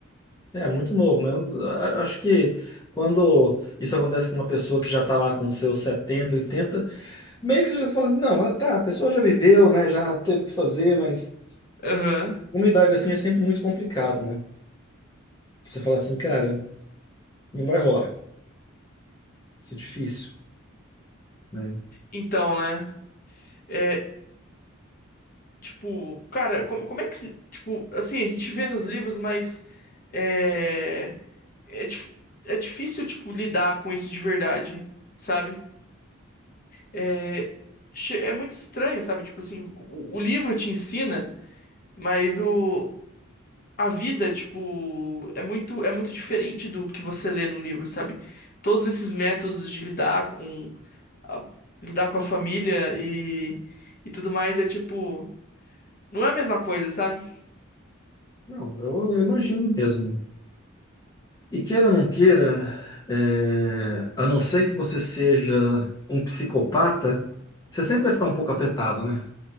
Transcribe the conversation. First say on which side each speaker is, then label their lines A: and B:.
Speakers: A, on the left (about 15°); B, on the left (about 40°).
A: É muito novo, né? A- Acho que quando isso acontece com uma pessoa que já está lá com seus setenta oitenta meio que você já fala assim, não, ah, tá, a pessoa já viveu, né? Já teve o que fazer, mas
B: Aham.
A: uma idade assim é sempre muito complicado, né? Você fala assim, cara, não vai rolar, isso é difícil, né?
B: Então, né? é, Tipo, cara, como, como é que. se- Tipo, assim, a gente vê nos livros, mas. É. É, dif- é difícil, tipo, lidar com isso de verdade, sabe? É. che- É muito estranho, sabe? Tipo assim, o, o livro te ensina, mas o. A vida, tipo, é muito, é muito diferente do que você lê num livro, sabe? Todos esses métodos de lidar com a, lidar com a família e, e tudo mais é tipo, não é a mesma coisa, sabe?
A: Não, eu, eu imagino mesmo. E queira ou não queira, é, a não ser que você seja um psicopata, você sempre vai ficar um pouco afetado, né?